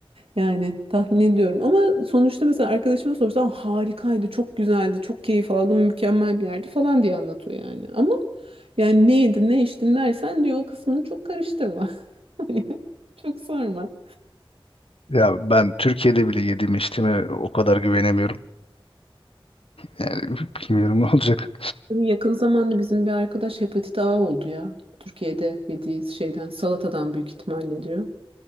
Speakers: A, on the right; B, on the left.
A: Yani tahmin ediyorum ama sonuçta mesela arkadaşıma sorsam harikaydı çok güzeldi çok keyif aldım mükemmel bir yerdi falan diye anlatıyor yani ama yani ne yedin ne içtin dersen diyor o kısmını çok karıştırma <laughs> Hani çok sorma.
B: Ya ben Türkiye'de bile yediğime içtiğime o kadar güvenemiyorum. Yani <laughs> bilmiyorum ne olacak.
A: Tabii Yakın zamanda bizim bir arkadaş hepatit A oldu ya Türkiye'de yediği şeyden salatadan büyük ihtimalle diyor.